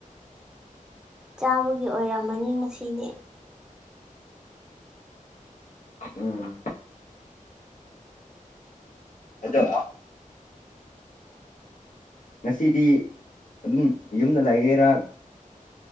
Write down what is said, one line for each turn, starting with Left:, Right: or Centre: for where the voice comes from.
Centre: ꯆꯥꯕꯒꯤ ꯑꯣꯏꯔꯝꯃꯅꯤ ꯉꯁꯤꯗꯤ
Left: ꯎꯝ꯫ ꯑꯗꯣ ꯉꯁꯤꯗꯤ ꯑꯗꯨꯝ ꯌꯨꯝꯗ ꯂꯥꯏꯒꯦꯔꯥ